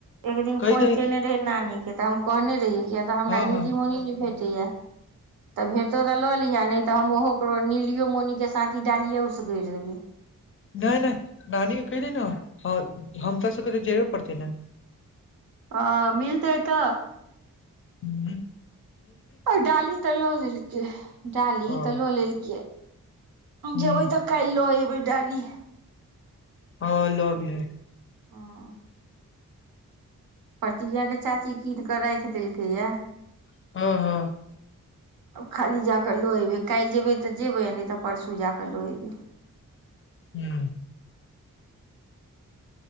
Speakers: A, on the right (about 75°); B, on the left (about 40°).
A: एक दिन
B: कहि
A: फोन
B: दही
A: केने रहै नानीे कतऽ हम कहने रहियै कि अ तऽ हमरा
B: हँ
A: लिली
B: हँ
A: मौनी नैय भेटैया। तऽ भेटो तऽ लऽ लिह नहि तऽ हम ओहो ककरो नीलियो मौनीके साँथी डालिे उसकर देबै,
B: नैय नैय नानी क कहेऽ देहीना हम त सब कऽ जयबे पड़त नैय
A: आ मिलतै त
B: हू।
A: डाली तऽ लऽ लेलक डाली
B: हँ
A: तऽ लऽ लेलक,
B: हूँ
A: जेबै तऽ काल्हि ल एबै डाली
B: हँ लऽ आवि है
A: हाअ प्रतिज्ञा केँ चाची कीन कऽ राइख देलकै या
B: <unintelligible>
A: अब खाली जा कऽ लऽ अयबै काइल जेयबै तऽ जेयबै नै तऽ परसू जा कऽ लऽ अयबै
B: हू।